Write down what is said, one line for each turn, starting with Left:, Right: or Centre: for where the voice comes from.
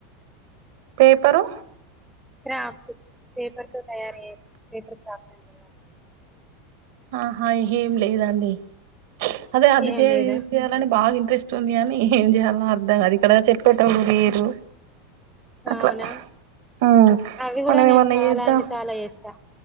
Right: పేపరు
Centre: క్రాఫ్ట్ పేపర్‌తో తయారయ్యే పేపర్ క్రాఫ్ట్ అంటారు
Right: ఆహా ఏం లేదండి అదే అది
Centre: ఏం
Right: చేయ
Centre: లేదా
Right: ఇది చెయ లని బాగా ఇంట్రెస్ట్ ఉంది కాని ఏం చేయాల్నో అర్థం కాదు ఇక్కడ చెప్పేటోళ్లు లేరు అట్లా
Centre: అవునా
Right: ఉమ్
Centre: అవి కూడా
Right: మనం
Centre: నేను
Right: ఏమన్నా
Centre: చాలా
Right: చేద్దాం
Centre: అంటే చాలా చేస్తా